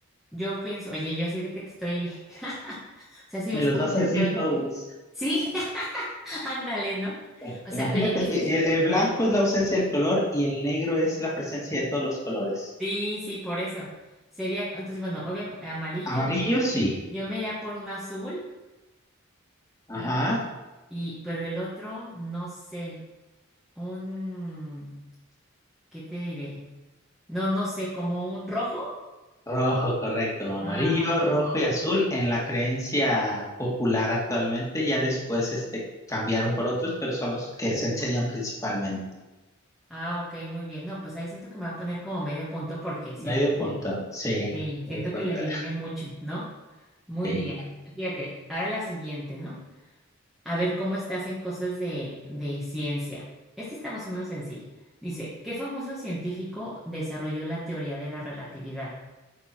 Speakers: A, in the centre; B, on the left.
A: Yo pienso, oye, yo así de que te estoy, <laughs> o sea, si
B: me
A: ves
B: los
A: cómo
B: vas
A: te
B: a decir
A: estoy,
B: todos.
A: sí, <laughs> ándale, ¿no?
B: Bueno,
A: O
B: Imagínate
A: sea, oye, esto
B: que
A: es-
B: el, el blanco es la ausencia del color y el negro es la presencia de todos los colores.
A: sí, sí, por eso. Sería, entonces, bueno, obviamente amarillo,
B: Amarillo, sí,
A: yo me iría por un azul,
B: ajá.
A: ¿no? Y, pero el otro, no sé, un, ¿qué te diré? No, no sé, como un rojo.
B: Rojo, correcto. Amarillo,
A: Ah, ok,
B: rojo y azul en la creencia popular actualmente. Ya después este, cambiaron por otros, pero son los que se enseñan principalmente.
A: ah, ok, muy bien. No, pues ahí siento que me va a poner como medio punto porque siento
B: Medio punto,
A: que
B: sí.
A: Sí,
B: Medio
A: siento
B: punto,
A: que la adiviné mucho, ¿no? Muy
B: sí.
A: bien. Fíjate, ahora la siguiente, ¿no? A ver cómo estás en cosas de, de ciencia. Esta está más o menos sencilla. Dice, ¿qué famoso científico desarrolló la teoría de la relatividad?